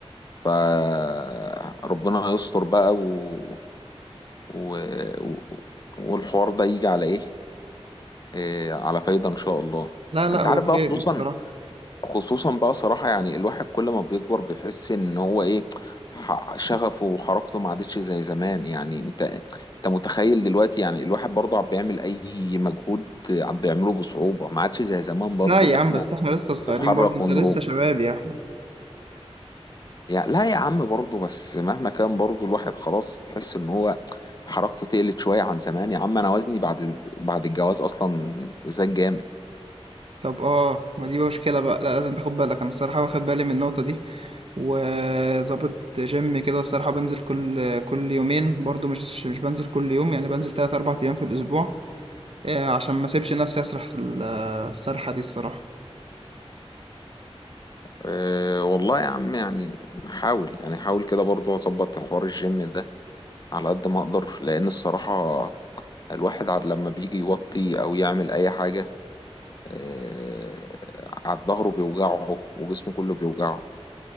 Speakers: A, on the left; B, on the right.
A: فربنا يستر بقى و... و... و... والحوار ده يجي على ايه إيه، على فايدة ان شاء الله
B: لا لا
A: انت
B: هو
A: عارف
B: خير
A: بقى خصوصا
B: الصراحة
A: خصوصا بقى صراحة يعني الواحد كل ما بيكبر بيحس ان هو ايه ح- شغفه وحركته ما عادتش زي زمان يعني انت انت متخيل دلوقتي يعني الواحد برضه عم بيعمل اي مجهود عم بيعمله بصعوبة ما عادش زي زمان برضه
B: لا يا
A: اللي
B: عم
A: احنا
B: بس احنا لسه صغيرين
A: نتحرك
B: برضه انت
A: ونروح
B: لسه شباب يا احمد
A: يعني لا يا عم برضه بس مهما كان برضه الواحد خلاص تحس ان هو حركته تقلت شوية عن زمان يا عم انا وزني بعد بعد الجواز اصلا زاد جامد
B: طب اه ما دي مشكلة بقى لا لازم تاخد بالك انا الصراحة واخد بالي من النقطة دي وظابط جيم كده الصراحة بنزل كل كل يومين برضه مش مش بنزل كل يوم يعني بنزل تلات اربع ايام في الاسبوع آه، عشان ما اسيبش نفسي اسرح ال- السرحة دي الصراحة
A: أه والله يا عم يعني حاول يعني حاول كده برضه اظبط حوار الجيم ده على قد ما اقدر لان الصراحة الواحد عاد لما بيجي يوطي او يعمل اي حاجة آه، عاد ظهره بيوجعه وجسمه كله بيوجعه